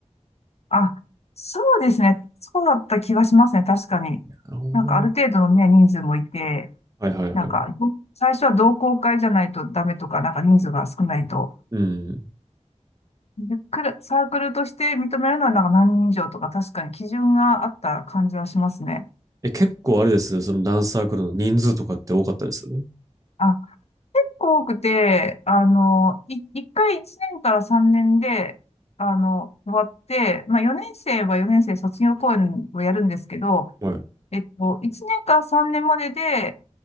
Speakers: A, on the left; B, on the right.
A: あ、そうですね。そうだった気がしますね。確かに。
B: なるほどな。
A: なんかある程度のね、人数もいて、
B: はいはいはい。
A: なんか、最初は同好会じゃないとダメとか、なんか人数が少ないと。
B: うん。
A: で、クラサークルとして認めるのはなんか何人以上とか、確かに基準があった感じはしますね。
B: え、結構あれです。そのダンスサークルの人数とかって多かったです。
A: あ、結構多くて、あの、い、1回1年から3年で、あの、終わって、まあ4年生は4年生卒業公演をやるんですけど、
B: はい。
A: えっと、1年から3年までで、やっ